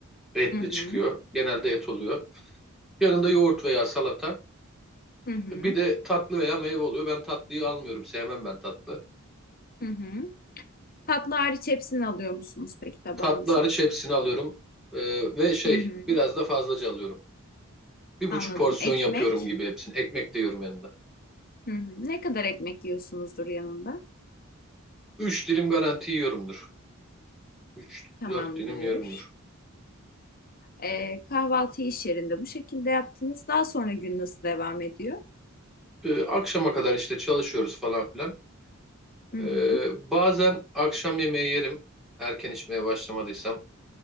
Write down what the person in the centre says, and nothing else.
Etli
çıkıyor. Genelde et oluyor. Yanında yoğurt veya salata.
Bir de tatlı veya meyve oluyor. Ben tatlıyı almıyorum. Sevmem ben tatlı.
Tatlı hariç hepsini alıyorum. Ee, ve şey
biraz da fazlaca alıyorum. Bir buçuk
porsiyon
yapıyorum gibi hepsini. Ekmek de yiyorum yanında.
Üç dilim garanti yiyorumdur. Üç,
dört dilim yiyorumdur.
Ee, akşama kadar işte çalışıyoruz falan filan.
Ee,
bazen akşam yemeği yerim. Erken içmeye başlamadıysam.